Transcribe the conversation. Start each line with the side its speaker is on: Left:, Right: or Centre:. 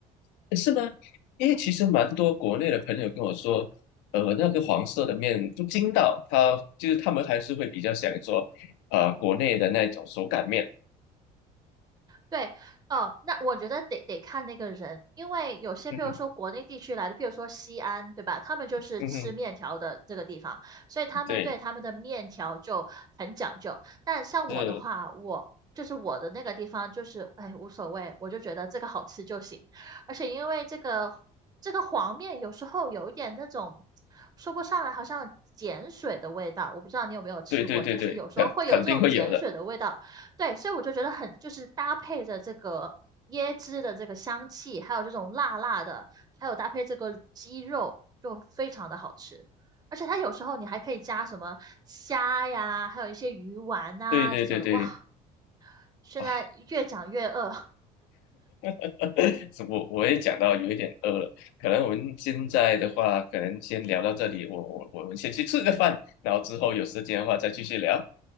Left: 是吗？因为其实蛮多国内的朋友跟我说，呃，那个黄色的面不筋道，他就是他们还是会比较想做，呃，国内的那种手擀面。
Right: 对，哦，那我觉得得得看那个人，因为有些，
Left: 嗯哼，
Right: 譬如说国内地区来的，譬如说西安，对吧？他们就是吃面条的这个地方，
Left: 嗯哼，
Right: 所以他们对他们的面条就很讲究。
Left: 对，
Right: 但像我的话，
Left: 是，
Right: 我就是我的那个地方，就是哎无所谓，我就觉得这个好吃就行。而且因为这个这个黄面有时候有一点那种说不上来，好像碱水的味道，我不知道你有没有吃过，
Left: 对对对对，
Right: 就是有时候会有这种碱水的味道。
Left: 肯肯定会有的。
Right: 对，所以我就觉得很，就是搭配着这个椰汁的这个香气，还有这种辣辣的，还有搭配这个鸡肉，就非常的好吃。而且它有时候你还可以加什么虾呀，还有一些鱼丸啊这种的。
Left: 对对对对，
Right: 哇，现在越讲越饿，
Left: 啊，<laughs> 是我我也讲到有一点饿了，可能我们现在的话，可能先聊到这里，我我我们先去吃个饭，然后之后有时间的话再继续聊。